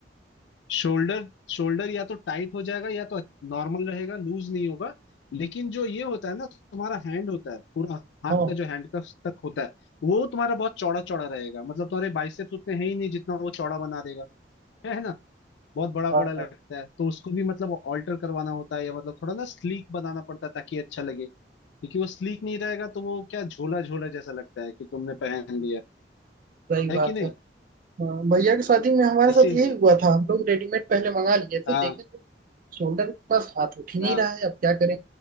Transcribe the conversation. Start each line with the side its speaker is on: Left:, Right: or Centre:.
Left: शोल्डर शोल्डर या तो टाइट हो जाएगा या तो नॉर्मल रहेगा लूज नहीं होगा लेकिन जो ये होता है ना तुम्हारा हैंड होता है पूरा हाथ
Right: हाँ
Left: का जो हैंडकफ तक होता है वो तुम्हारा बहुत चौड़ा चौड़ा रहेगा मतलब तुम्हारे बाइसेप्स उतने है ही नहीं जितना वो चौड़ा बना देगा है ना बहुत बड़ा
Right: हाँ
Left: बड़ा लगता
Right: हाँ
Left: है तो उसको भी मतलब ऑल्टर करवाना होता है या मतलब थोड़ा ना स्लीक बनाना पड़ता है ताकि अच्छा लगे क्योंकि वो स्लीक नहीं रहेगा तो वो क्या झोला झोला जैसा लगता है कि तुमने पहन लिया
Right: सही बात
Left: है कि नहीं
Right: है हाँ, भैया की शादी में हमारे साथ
Left: इसीलिए
Right: यही हुआ था हम लोग रेडीमेड पहले मंगा लिए थे
Left: हाँ
Right: देखे तो शोल्डर के पास हाथ उठ ही नहीं
Left: हाँ
Right: रहा है अब क्या करें